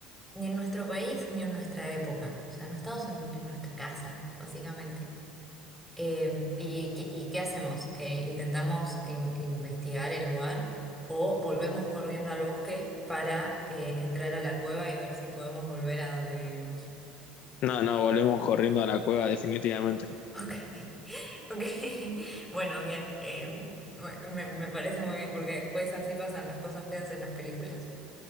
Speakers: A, in the centre; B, on the left.
A: ni en nuestro país ni en nuestra época. O sea, no estamos en, en nuestra casa, básicamente. Eh, ¿y, qué y qué hacemos? Eh, ¿intentamos in- investigar el lugar o volvemos corriendo al bosque para eh, entrar a la cueva y ver si podemos volver a donde vivimos?
B: no, no, volvemos corriendo a la cueva definitivamente.
A: Ok, <laughs> ok. Bueno, bien. em, me, me parece muy bien porque después así pasan las cosas feas en las películas.